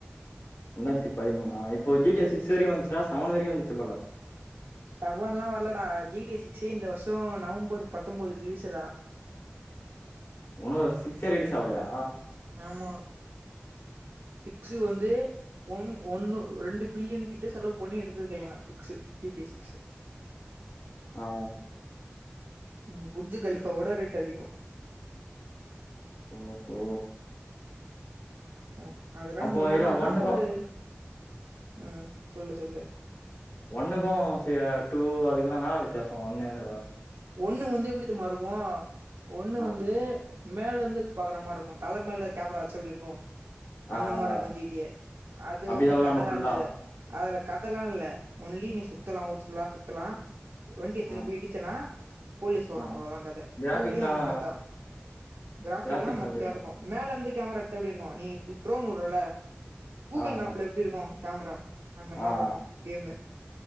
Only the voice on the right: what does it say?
செவன்ல்லா வரலடா ஜி டி எஸ் சிக்ஸே இந்த வருஷ நவம்பர் பத்தம்போதுக்கு ரிலீஸடா
ஆமா சிக்ஸு வந்து ஒன் ஒண்ணு ரெண்டு பில்லியன் கிட்ட செலவு பண்ணி எடுத்துருக்காய்ங்ளா six G T S six
ம் புஜ்ஜு கலிஃபாவோட ரேட் அதிக
ம் அதெல்லா
நம்ம விளயாடனுன்னா
ஒரு ம் சொல்லு சொல்லு
ஒண்ணு வந்து எப்டி தெரிமா இருக்கு ஒண்ணு
வந்து மேல இருந்து பாக்கற மாரி இருக்கு தல மேல கேமரா வெச்சா எப்டி இருக்கு அந்த
மார்ருக்கு
ஜி டி ஏ அது
வந்து
கதலா
இருக்காது அதுல கதலா இல்ல ஒன்லி நீ சுத்தலா ஊர் ஃபுல்லா சுத்தலா வண்டி எத்துன்னு
போய் இடிச்சனா போலீஸ் வரு
அவளதா கத
டூ லயு அந்த மார்தா கிராஃபிக்
எல்லா மொக்கையா
இருக்கு மேலந்து கேமரா எடுத்தா எப்டி இருக்கு நீ ட்ரோன் உட்றல்ல கூகுள்
மேப்ல
எப்டி இருக்கு கேமரா அந்த மார்ருக்கு
கேமு